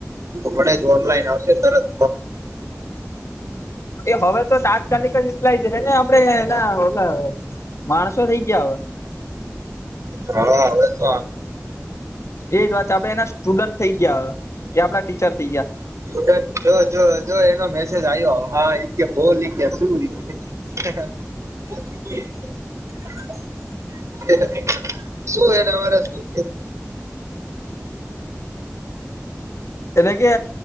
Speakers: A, on the right; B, on the left.
A: આપણે જ ઓનલાઈન આવશે, તરત.
B: એ હવે તો તાત્કાલિક જ લાય જશે ને, આપણે એના. માણસો થઈ ગયા, હવે.
A: હ, હવે એ તો.
B: એજ વાત છે, આપડે એના સ્ટુડન્ટ થઈ ગયા, હ, એ આપડા ટીચર થઈ ગયા.
A: જોડુ, જો, જો, જો, એનો મેસેજ આવ્યો, હોલ. ગસું બ <unintelligible> શું? એ તમારે શું?
B: એના કે,